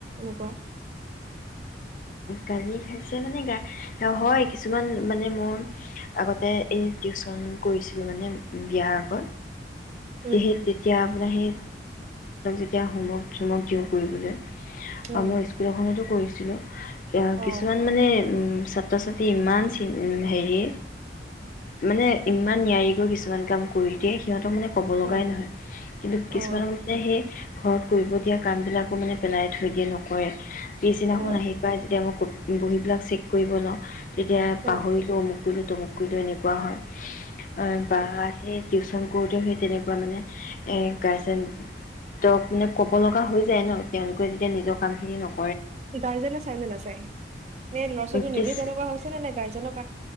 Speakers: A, on the right (about 40°); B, on the left (about 45°).
A: এনেকুৱা
B: গালি খাইছে মানে হয় কিছুমান মানে মই আগতে এই টিউচন কৰিছিলোঁ মানে বিয়াৰ আগত
A: উম
B: সেই তেতিয়া আপোনাৰ সেই এতিয়া হোমক চমক দিওঁ কৰিবলৈ
A: উম
B: অ মই স্কুল এখনতো কৰিছো হেল্ল' এতিয়া
A: অ
B: কিছুমান মানে উম ছাত্ৰ ছাত্ৰী ইমান হেৰি মানে ইমান নিয়াৰিকৈ কিছুমান কাম কৰি দিয়ে সিহঁতক মানে ক'ব লগাই
A: অ
B: নহয় কিন্তু কিছুমানক
A: অ
B: মানে সেই ঘৰত কৰিব দিয়া কাম বিলাকো মানে পেলাই থৈ দিয়ে নকৰে পিছদিনাখন
A: অ
B: আহে তাই যেতিয়া মই ক বহীবিলাক চেক কৰিব লওঁ তেতিয়া পাহৰিলো
A: অ
B: মোক কুলো তমুককিলো এনেকুৱা হয় অ বা আহে টউচন কৰোতে সেই তেনেকুৱা মানে গাৰ্জেনতক মানে ক'ব লগা হৈ যায় ন ', তেওঁলোকে যেতিয়া নিজৰ কামখিনি নকৰে।
A: গাৰ্জেনে চাইনে নাচায়। তাই সেই লৰা - ছোৱালী
B: কিছ
A: নিজে তেনেকুৱা হৈছে নে? নে', গাৰ্জেনক?